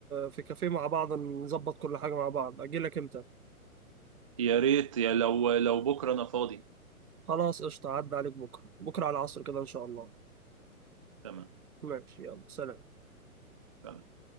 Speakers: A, on the right; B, on the right.
A: في كافيه مع بعض نظبط كل حاجه مع بعض اجي لك امتى
B: يا ريت يا لو لو بكره انا فاضي
A: خلاص قشطه عدى عليك بكره بكره على العصر كده ان شاء الله
B: تمام
A: ماشي يلا سلام
B: تمام.